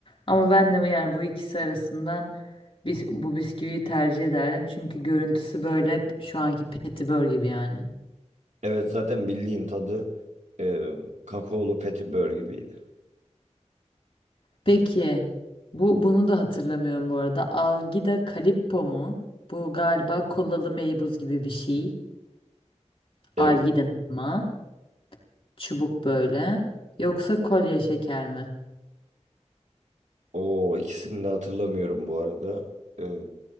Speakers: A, on the left (about 50°); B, on the right (about 75°).
A: Ama ben de yani bu ikisi arasından biz bu bisküviyi tercih ederdim çünkü görüntüsü böyle şu anki Petibör gibi yani.
B: Evet zaten bildiğin tadı e, kakaolu petibör gibiydi.
A: Peki bu bunu da hatırlamıyorum bu arada. Algida Calippo mu? Bu galiba kolalı meybuz gibi bir şey.
B: Evet.
A: Algida'nın ama. çubuk böyle. Yoksa kolye şeker mi?
B: O ikisini de hatırlamıyorum bu arada. E,